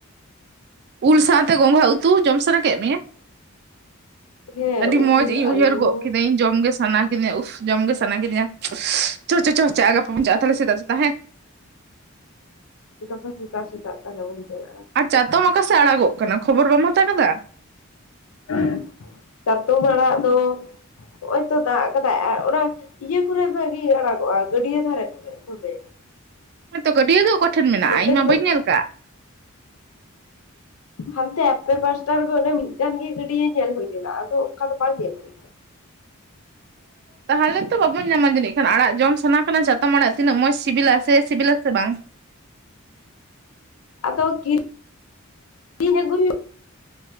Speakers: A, on the right; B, on the left.
A: ᱾ ᱩᱞ ᱥᱟᱶᱛᱮ, ᱱᱚᱛᱮ ᱜᱚᱸᱜᱷᱟ ᱩᱛᱩ ᱡᱚᱢ ᱥᱟᱱᱟ ᱠᱮᱫ ᱢᱮᱭᱟ,
B: ᱦᱮᱸ
A: ᱟᱹᱰᱤ
B: ᱩᱞ
A: ᱢᱚᱡᱽ ᱤᱧ
B: ᱟᱹᱞᱩ
A: ᱩᱭᱦᱟᱹᱨ ᱜᱚᱫ ᱠᱤᱫᱟᱹᱧ ᱾ ᱡᱚᱢ ᱜᱮ ᱥᱟᱱᱟ ᱠᱤᱫᱤᱧᱟ., ᱩᱦ ᱡᱚᱢ ᱜᱮ ᱥᱟᱱᱟ ᱠᱤᱫᱤᱧᱟ <unintelligible> ᱡᱚᱢ ᱜᱮ ᱥᱟᱱᱟ ᱪᱚ ᱪᱚ ᱜᱟᱯᱟᱪᱟᱜ-ᱟ ᱛᱟᱦᱚᱞᱮ ᱥᱮᱛᱟᱜ ᱥᱮᱛᱟᱜ,
B: ᱜᱟᱯᱟ ᱥᱮᱛᱟᱜ ᱥᱮᱛᱟᱜ ᱛᱟᱦᱞᱮ ᱵᱚᱱ ᱪᱟᱞᱟᱜ-ᱟ ᱾
A: ᱟᱨ ᱪᱟᱛᱚᱢ ᱚᱠᱟᱥᱮᱫ ᱟᱲᱟᱜᱚᱜ ᱠᱟᱱᱟ ᱠᱷᱚᱵᱚᱨ ᱵᱟᱢ ᱦᱟᱛᱟᱣ ᱠᱟᱫᱟ
B: <inaudible> ᱪᱟᱛᱚᱢ ᱟᱲᱟᱜ ᱫᱚ, ᱱᱚᱜ ᱚᱭ ᱛᱚ ᱫᱟᱜ ᱟᱠᱟᱫᱟᱭ ᱟᱨ ᱚᱱᱟ ᱤᱭᱟᱹ ᱠᱚᱨᱮ ᱵᱷᱟᱜᱤ ᱟᱲᱟᱜᱚᱜ-ᱟ ᱜᱟᱹᱰᱭᱟ ᱫᱷᱟᱨᱮ ᱠᱚᱨᱮ ᱛᱚᱵᱮ,
A: ᱱᱤᱛᱚᱜ ᱜᱟᱹᱰᱭᱟᱹ ᱫᱚ ᱚᱠᱟᱴᱷᱮᱱ ᱢᱮᱱᱟᱜ-ᱟ,
B: ᱱᱚᱛᱮ
A: ᱤᱧ ᱢᱟ ᱵᱟᱹᱧ
B: ᱫᱚ
A: ᱧᱮᱞ ᱟᱠᱟᱜ,
B: ᱦᱟᱱᱛᱮ ᱟᱯᱮ ᱯᱟᱥᱴᱟ ᱨᱮᱦᱚ ᱚᱱᱮ ᱢᱤᱫᱴᱟᱝ ᱜᱮ ᱜᱟᱹᱰᱤ ᱧᱮᱞ ᱦᱩᱭ ᱞᱮᱱᱟ ᱟᱫᱚ ᱚᱱᱠᱟ ᱫᱚ ᱵᱟᱝ ᱧᱮᱞ ᱦᱚᱭ᱾
A: ᱛᱟᱦᱚᱞᱮ ᱛᱚ ᱵᱟᱵᱚᱱ ᱧᱟᱢᱟ ᱡᱟᱹᱱᱤᱡ ᱠᱷᱟᱱ ᱟᱲᱟᱜ ᱡᱚᱢ ᱥᱟᱱᱟ ᱠᱟᱱᱟ ᱡᱟᱛᱚᱢ ᱟᱲᱟᱜ ᱛᱤᱱᱟᱹᱜ ᱢᱚᱸᱡᱽ ᱥᱤᱵᱤᱞᱟ ᱥᱮᱭ ᱥᱤᱵᱤᱞᱟ ᱥᱮ ᱵᱟᱝ?
B: ᱟᱫᱚ ᱠᱤ ᱠᱤᱨᱤᱧ ᱟᱹᱜᱩ ᱦᱩᱭᱩᱜ